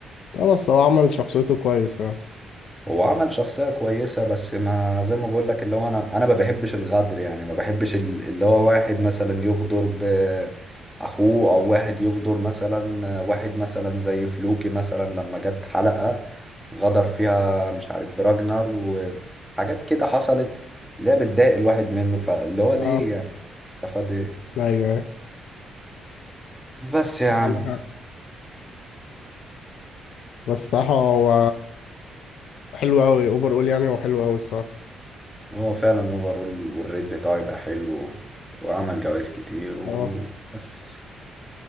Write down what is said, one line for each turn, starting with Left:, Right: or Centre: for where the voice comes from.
Left: اه بس هو عمل شخصيته كويس يعني
Centre: هو عمل شخصية كويسة بس ما زي ما بقول لك اللي هو انا انا ما بحبش الغدر يعني ما بحبش ال- اللي هو واحد مثلا يغدر ب اخوه او واحد يغدر مثلا واحد مثلا زي فلوكي مثلا لما جت حلقة غدر فيها مش عارف براجنر وحاجات كده حصلت اللي هي بتضايق الواحد منه فاللي هو ليه
Left: اه
Centre: يعني استفاد ايه
Left: ايوه
Centre: بس يا
Left: انت
Centre: عم
Left: عندك بس الصراحة هو حلو أوي أوبر أول يعني هو حلو أوي الصراحة
Centre: هو فعلا اوفرول والريت بتاعه يبقى حلو وعمل جوايز كتير وبس
Left: أه